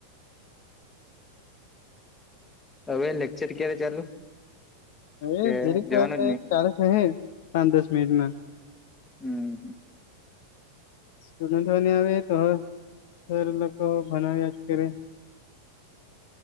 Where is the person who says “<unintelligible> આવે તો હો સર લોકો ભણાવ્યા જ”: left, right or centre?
Left